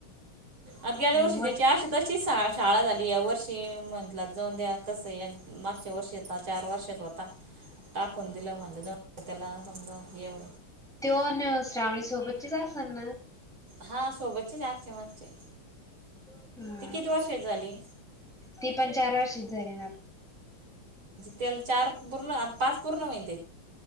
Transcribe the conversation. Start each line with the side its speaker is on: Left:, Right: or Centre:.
Right: आता गेल्या वर्षी
Centre: मोठ
Right: त्याची आ तशी श शाळा झाली या वर्षी म्हटला जाऊन द्या कसं या मागच्या वर्षी होता चार वर्षच होता टाकून दिलं माझलं ज त्याला समजा हेव
Centre: त ना श्रावणी सोबतचीच असन ना
Right: हा सोबतचेच आगते मगचे
Centre: हा
Right: ती किती
Centre: का
Right: वर्ष आहेत झाली
Centre: ती पण चार वर्षीच झाली.
Right: त्याला चार पाच पूर्ण होईन.